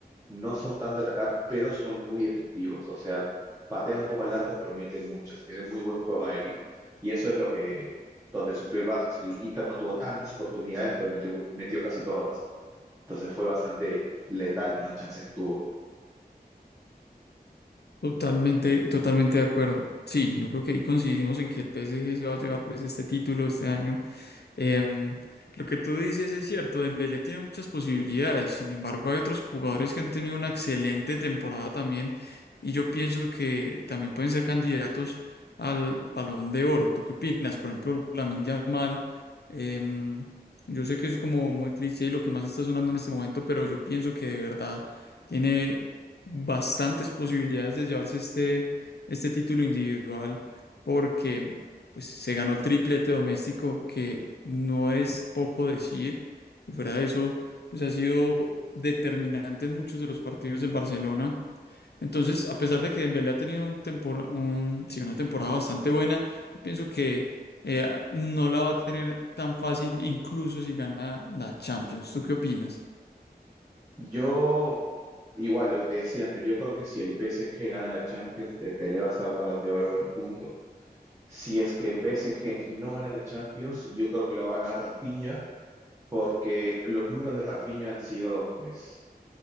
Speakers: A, on the right (about 20°); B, on the left (about 85°).
A: no son tan de atacar, pero son muy efectivos. O sea, patean poco al arco, pero meten muchos. Tienen muy buen juego aéreo. Y eso es lo que, donde sufrió el Barça. O sea, el Inter no tuvo tantas oportunidades, pero metió, mu- metió casi todas. Entonces fue bastante letal con las chances que tuvo.
B: Totalmente, totalmente de acuerdo. Sí, yo creo que ahí coincidimos en que el PSG se va a llevar pues este título este año. Em, lo que tú dices es cierto, Dembélé tiene muchas posibilidades, sin embargo hay otros jugadores que han tenido una excelente temporada también y yo pienso que también pueden ser candidatos al Balón de Oro. ¿Tú qué opinas? Por ejemplo, Lamine Yamal, em, yo sé que es como muy cliché y lo que más está sonando en este momento, pero yo pienso que de verdad tiene bastantes posibilidades de llevarse este, este título individual porque pues se ganó el triplete doméstico, que no es poco decir, y fuera de eso, pues ha sido determinante en muchos de los partidos del Barcelona. Entonces, a pesar de que Dembélé ha tenido un tempora- un- sí, una temporada bastante buena, yo pienso que eh, no la va a tener tan fácil, incluso si gana la Champions. ¿Tú qué opinas?
A: Yo, igual, lo que te decía antes, yo creo que si el PSG gana la Champions, te peleas a ser Balón de Oro y punto. Si es que el PSG no gana la Champions, yo creo que lo va a ganar Rafinha, porque los números de Rafinha han sido, pues,